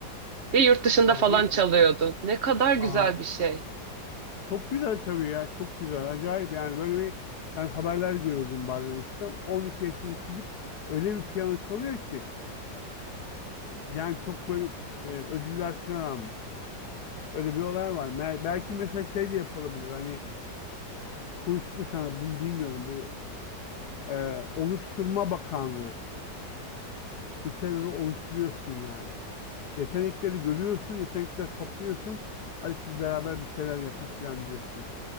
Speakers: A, on the right; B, on the left.
A: Ve yurt dışında
B: Hani,
A: falan çalıyordu. Ne kadar güzel
B: aa,
A: bir şey.
B: Çok güzel tabii ya. Çok güzel. Acayip yani. Böyle bir ben haberler görüyordum bazen eskiden. on iki yaşında çocuk öyle bir piyano çalıyor ki. Yani çok böyle e, ödüller falan almış. Öyle bir olay var. Me- belki mesela şey de yapılabilir. Hani konuştuk mu sana bunu bilmiyorum. Bu e, oluşturma bakanlığı. Bir şeyleri oluşturuyorsun yani. Yetenekleri görüyorsun. Yetenekleri topluyorsun. Hadi siz beraber bir şeyler yapın falan diyorsun.